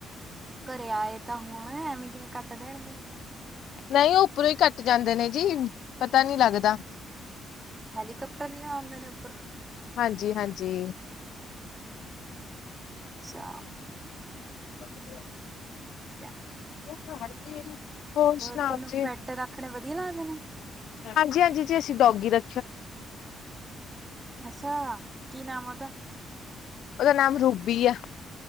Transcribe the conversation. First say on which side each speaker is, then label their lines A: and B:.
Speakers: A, on the right; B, on the left.
A: ਘਰੇ ਆਏ ਤਾਂ ਹੁਣ ਐਵੇਂ ਕਿਵੇਂ ਕੱਟ ਦੇਣਗੇ
B: ਨਹੀਂ ਉੱਪਰੋਂ ਹੀ ਕੱਟ ਜਾਂਦੇ ਨੇ ਜੀ ਪਤਾ ਨਹੀਂੀ ਲੱਗਦਾ
A: ਹੈਲੀਕਾਪਟਰ ਚ ਆਉਂਦੇ ਨੇ ਉੱਪਰੋਂ
B: ਹਾਂਜੀ ਹਾਂਜੀ
A: ਅੱਛਾ
B: ਬਹੁਤ
A: ਕਿਆ
B: ਹੜਕੇ ਹੋਰ ਸੁਣਾਓ
A: ਤੁਹਾਨੂੰ
B: ਜੀ
A: ਪੈਟ ਰੱਖਣੇ ਵਧੀਆ ਲੱਗਦੇ ਨੇ
B: ਹਾਂਜੀ ਹਾਂਜੀ ਜੀ ਅਸੀਂ ਡੋਗੀ ਦਾ
A: ਅੱਛਾ ਕੀ ਨਾਮ ਉਹਦਾ
B: ਉਹਦਾ ਨਾਮ ਰੂਬੀ ਆ